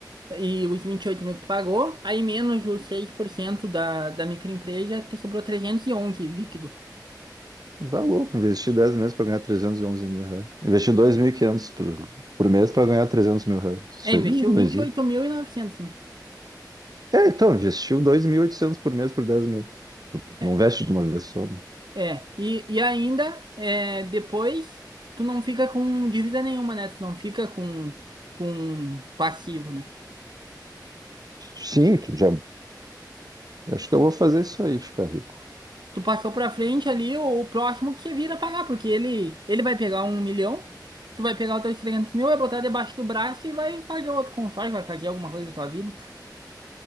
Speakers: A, on the right (about 75°); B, on the right (about 60°).
A: E os 28 mil que tu pagou, aí menos os 6% da, da microempresa, te sobrou 311 líquido.
B: Tá louco, investir 10 meses para ganhar 311 mil reais. Investir 2.500 por, por mês para ganhar 300 mil reais. Isso
A: É, investiu
B: aí não
A: vinte
B: existe.
A: e oito mil e novecentos né?
B: É, então, investiu dois mil e oitocentos por mês por 10 meses.
A: É,
B: Não investe de uma vez só. né?
A: é. E, e ainda, é, depois, tu não fica com dívida nenhuma, né? Tu não fica com, com passivo, né?
B: Sim, tu já. Acho que eu vou fazer isso aí, ficar rico.
A: Tu passou pra frente ali, o, o próximo que vira pagar, porque ele, ele vai pegar um milhão, tu vai pegar os teus 300 mil, vai botar debaixo do braço e vai fazer outro consórcio, vai fazer alguma coisa da tua vida.